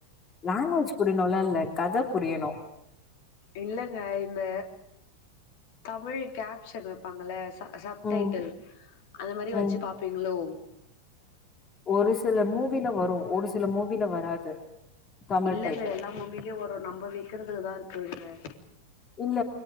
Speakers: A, on the left (about 25°); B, on the left (about 50°).
A: லாங்குவேஜ் புரியணுலா இல்ல கதை புரியணு
B: இல்லங்க இந்த தமிழ் கேப்ஷன் வெப்பாங்கள்ல சப்
A: ம்
B: டைட்டில் அந்த மாதிரி வச்சு
A: ம்
B: பாப்பீங்களோ
A: ஒரு சில மூவில வரு ஒரு சில மூவில வராது தமிழ்
B: இல்லங்க
A: டைட்டில்
B: எல்லா மூவிலயூ வரூ நம்ம வெக்கிறதுலதா இருக் தூய்ம
A: இல்ல